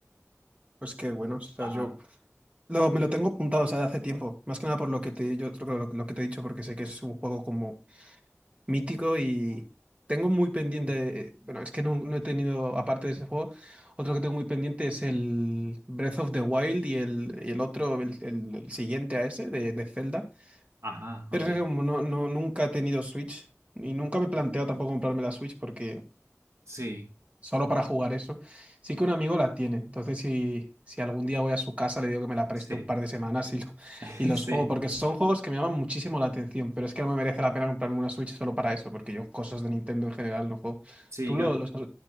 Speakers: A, on the right; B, on the right.
A: Pues qué bueno, o sea,
B: Ajá,
A: yo Lo, me lo tengo apuntado, o sea, de hace tiempo. Más que nada por lo que te, yo, lo, lo- lo que te he dicho, porque sé que es un juego como mítico y tengo muy pendiente. eh, Bueno, es que no, no he tenido, aparte de ese juego, otro que tengo muy pendiente es el Breath of the Wild y el, y el otro, el, el- el siguiente a ese, de, de Zelda.
B: ajá,
A: Pero
B: ok.
A: es que como no, no, nunca he tenido Switch y nunca me he planteado tampoco comprarme la Switch porque
B: Sí,
A: solo para jugar eso. Sí que un amigo la tiene, entonces si, si algún día voy a su casa le digo que me la preste
B: sí,
A: un par de semanas y, lo-
B: <laughs>
A: y los
B: sí.
A: juego, porque son juegos que me llaman muchísimo la atención, pero es que no me merece la pena comprarme una Switch solo para eso, porque yo cosas de Nintendo en general no juego.
B: Sí,
A: ¿Tú
B: yo,
A: lo, los has,